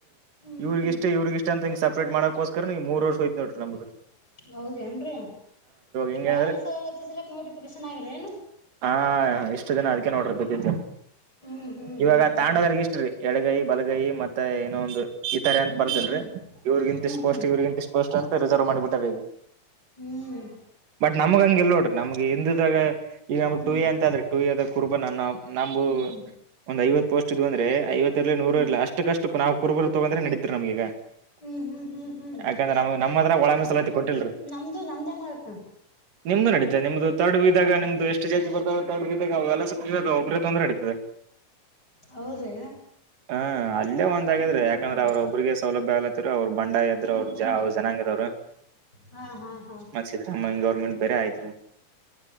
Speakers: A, on the left; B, on the right.
A: ಹ್ಞೂ
B: ಇವ್ರಗಿಷ್ಟು
A: ಹ್ಞೂ
B: ಇವ್ರಗಿಷ್ಟು ಅಂತ ಹಿಂಗ ಸಪ್ ಮಾಡೋಕೊಸ್ ಕರನೇ ಈ ಮೂರು ವರ್ಷ ಹೋಯ್ತ್ ನೋಡ್ರಿ ನಮ್ದ್
A: ಹೌದೇನ್ರೀ
B: ಹೆಂಗ
A: ಒಳ
B: ಅಂದ್ರೆ
A: ಮೀಸಲಾತಿ ಸಲಕ್ ನೋಟಿಫಿಕೇಶನ್ ಆಗಿದೆ ಏನು?
B: ಹಾ ಇಷ್ಟು ದಿನ ಅದಕ್ಕೆ ನೋಡ್ರಿ ಬಿದ್ದಿದ್ದು.
A: ಹ್ಞೂ ಹ್ಞೂ
B: ಇವಾಗ
A: ಹ್ಞೂ ಹ್ಞೂ
B: ತಾಂಡೋದ್ರಿಗೆ ಇಷ್ಟ್ರೀ ಎಳಗೈ ಬಲಗೈ ಮತ್ತೆ ಏನೊ ಒಂದು ಈ ತರ ಅಂತ ಬರ್ದಿಲ್ರಿ,
A: ಹ್ಞೂ ಹ್ಞೂ
B: ಇವ್ರಗಿಂತಿಷ್ಟ
A: ಹ್ಞೂ ಹ್ಞೂ
B: ಪೋಷ್ಟ್ ಇವ್ರಗಿಂತಿಷ್ಟ ಪೋಸ್ಟ್ ಅಂತ ರಿಸರ್ವ್ ಮಾಡಿಬಿಟ್ <unintelligible>
A: ಹ್ಮ
B: ನಮಗಂಗಿಲ್ಲ ನೋಡ್. ನಮ್ಗ ಎಂದುದಾಗ ಈಗ ನಮಗ್
A: ಹ್ಮ್
B: ಟು ಎ ಅಂತ ಅಂದ್ರು ಟು ಎ ದಾಗ ಕುರ್ಬ ನನ್ನ ನಂಬವು
A: ಹ್ಮ್ ಹ್ಮ್
B: ಒಂದ್ ಐವತ್ ಪೋಸ್ಟ್ ಇದ್ವು ಅಂದ್ರೆ ಐವತ್ ತ್ತಿರಲಿ ನೂರ
A: ಹ್ಮ್
B: ಇರ್ಲಿ, ಅಷ್ಟಕ್ಕಷ್ಟುಕು ನಾವು ಕುರುಬರು ತೊಗಂದ್ರೆ ನಡೀತ್ರ ನಮ್ಗೀಗ.
A: ಹ್ಮ್ ಹ್ಮ್ ಹ್ಮ್ ಹ್ಮ್
B: ಯಾಕಂದ್ರೆ ನಮ್ ನಮ್ಮದ್ರಾಗ ಒಳ ಮೀಸಲಾತಿ ಕೊಟ್ಟಿಲ್ರಿ
A: ನಮ್ದು ನಮ್ದೇ ಮಾಡಕ
B: ನಿಮ್ದು ನಡತೆ ನಿಮ್ದು ತರ್ಡ್ ಬಿ ದಾಗ ನಿಮ್ದು ಎಷ್ಟು ಜಾತಿ ಬರ್ತದ ತರ್ಡ್ ಬಿ ದಾಗ ಎವೆಲ್ಲಸ ನೀವೆ ದ ಒಬ್ರೇ ತೊಂದ್ರು ನಡೀತದೆ.
A: ಹೌದ್ರಿ
B: ಹಾ ಅಲ್ಲೇ ಒಂದಾಗಿದ್ರೆ
A: ಹ್ಮ್ ಹ್ಮ್
B: ಯಾಕಂದ್ರೆ ಅವ್ರ ಒಬ್ರಿಗೆ ಸೌಲಭ್ಯ ಆಲತ್ತಿರ ಅವ್ರ ಬಂಡಾಯ ಎದ
A: ಹ್ಮ್ ಹ್ಮ್
B: ಯಾವ್ ಜನಾಂಗದವರು
A: ಹಾ ಹಾ ಹಾ
B: ಮಾಡಿಸಿದ್ರ ಗೌರ್ಮೆಂಟ್ ಬೇರೆ ಆಯ್ತ್ರಿ.